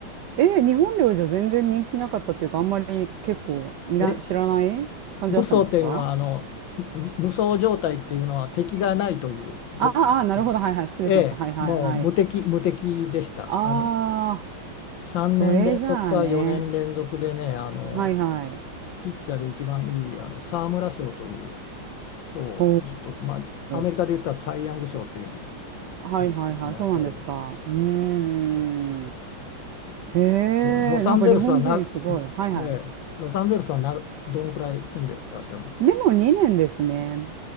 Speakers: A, on the right; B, on the left.
A: え、日本ではじゃあ全然人気なかったというか、あんまり結構みな知らない感じだったんですか
B: え、無双っていうのは、あの、無無双状態っていうのは敵がないという状、
A: ああ、あなるほど。はいはい。失礼しました。
B: ええ、
A: はいはいはい。
B: もう無敵、無敵でした。
A: あ
B: あの3年連続か4年連続でね、
A: あ、それじゃあね。
B: あの、
A: はいはい。
B: ピッチャーで一番いいあの沢村賞という賞をずっと、
A: ほ
B: まあ、アメリカで言ったらサイ・
A: ー。
B: ヤング賞っていう
A: はいはいはい。
B: のに当たるし、
A: そうなんですか。うーん。へ
B: で、ロサンゼルスはな、
A: え、なんか日本人すごい。はいはい。
B: ええロサンゼルスはな、どのくらい住んでらっしゃるんですか
A: でも2年ですね。